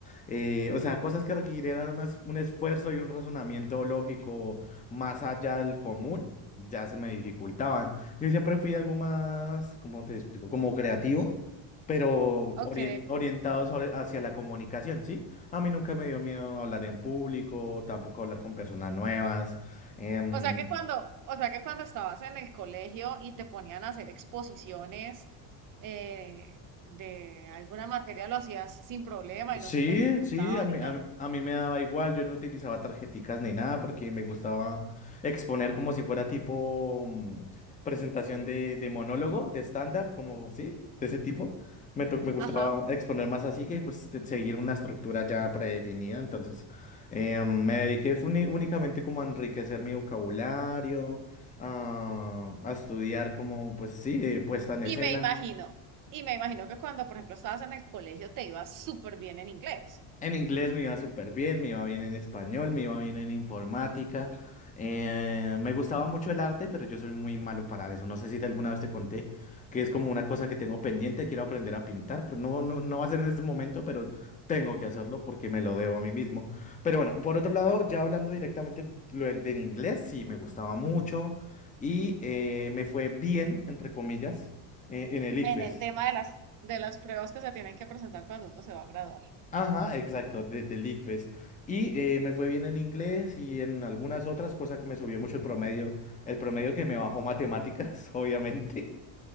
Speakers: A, on the left (about 15°); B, on the right (about 45°).
A: Eh, o sea, cosas que requirieran unas- un esfuerzo y un razonamiento lógico más allá del común, ya se me dificultaban. Yo siempre fui algo más, ¿cómo te explico? Como creativo, pero
B: ok.
A: ori- orientado sobre- hacia la comunicación, ¿sí? A mí nunca me dio miedo hablar en público, tampoco hablar con personas nuevas. em,
B: O sea que cuando, o sea que cuando estabas en el colegio y te ponían a hacer exposiciones eh, de alguna materia, lo hacías sin problema
A: Sí,
B: y no se te dificultaba
A: sí, a mí,
B: ni nada.
A: a, mí a mí me daba igual, yo no utilizaba tarjeticas ni nada porque me gustaba exponer como si fuera tipo mm, presentación de, de monólogo, de stand-up, como sí, de ese tipo. Me, to- me gustaba
B: Ajá.
A: exponer más así que pues te- seguir una estructura ya predefinida, entonces eh, me dediqué fue uni- únicamente como a enriquecer mi vocabulario, a, a estudiar como pues sí, eh, puesta en escena.
B: Y me imagino, y me imagino que cuando, por ejemplo, estabas en el colegio te ibas súper bien en inglés,
A: En inglés me iba súper bien, me iba bien en español, me iba bien en informática. Eh, me gustaba mucho el arte, pero yo soy muy malo para eso. No sé si te alguna vez te conté que es como una cosa que tengo pendiente, quiero aprender a pintar. Pues no, no, no va a ser en este momento, pero tengo que hacerlo porque me lo debo a mí mismo. Pero bueno, por otro lado, ya hablando directamente lo del, del inglés, sí me gustaba mucho y eh, me fue bien, entre comillas, eh, en el ICFES.
B: en el tema de las, de las pruebas que se tienen que presentar cuando uno se va a graduar.
A: Ajá, exacto, de, de Liquest. Y eh, me fue bien en inglés y en algunas otras cosas que me subió mucho el promedio. El promedio que me bajó matemáticas, <laughs> obviamente.